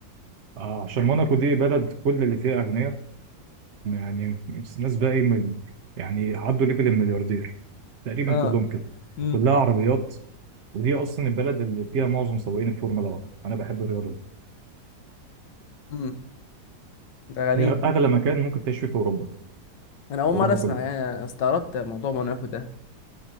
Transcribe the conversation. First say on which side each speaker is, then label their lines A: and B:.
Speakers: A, on the right (about 55°); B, on the left (about 70°).
A: آه عشان موناكو دي بلد كل اللي فيها اغنياء يعني ناس بقى ايه من يعني عدوا ليفل الملياردير تقريبا
B: اه
A: كلهم كده
B: امم
A: وكلها عربيات ودي اصلا البلد اللي فيها معظم سواقين الفورمولا 1 انا بحب الرياضه دي
B: امم ده غريبة
A: هي اغلى مكان ممكن تعيش فيه في اوروبا في
B: انا اول
A: اوروبا
B: مرة اسمع
A: كلها
B: يعني أنا استغربت موضوع موناكو ده